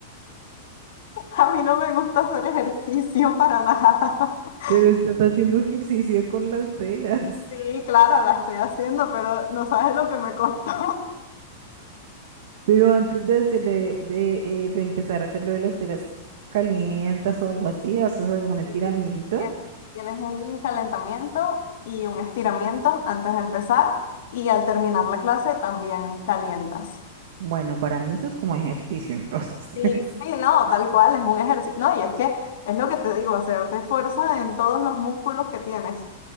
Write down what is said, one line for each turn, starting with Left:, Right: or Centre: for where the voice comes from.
Left: <laughs> A mí no me gusta hacer ejercicio para nada. <laughs>
Right: pero estás haciendo ejercicio con las telas.
Left: Sí, claro, la estoy haciendo, pero no sabes lo que me costó.
Right: Pero antes de, hacer- de, de, eh, de empezar a hacer lo de las telas calientas o algo así, ¿haces algún estiramiento?
Left: Y tienes, tienes un calentamiento y un estiramiento antes de empezar y al terminar la clase también calientas.
Right: Bueno, para mí eso es como ejercicio, entonces. <laughs>
Left: Sí, sí, no, tal cual, es un ejercicio. No, y es que es lo que te digo, o sea, se fuerza en todos los músculos que tienes.